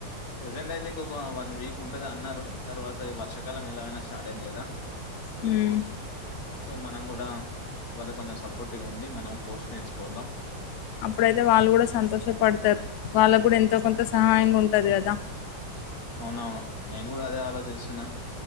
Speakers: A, on the left (about 55°); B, on the left (about 75°).
A: ప్రెజెంట్ అయితే ఇంక ఒక వన్ వీక్ ఉంటది అన్నారు తర్వాత ఈ వర్షకాలం ఎలాగైనా స్టార్ట్ అయింది కదా
B: హ్మ్
A: సో మనం కూడ వాళ్ళకు కొంచెం సపోర్ట్ గ ఉండి మనం కోర్స్ నేర్చుకుందాం
B: అప్పుడైతే వాళ్ళు కూడ సంతోషపడ్తరు వాళ్ళకు కూడ ఎంతో కొంత సహాయంగ ఉంటది కదా
A: అవునవును నేను కూడ అదే ఆలోచిస్తున్నా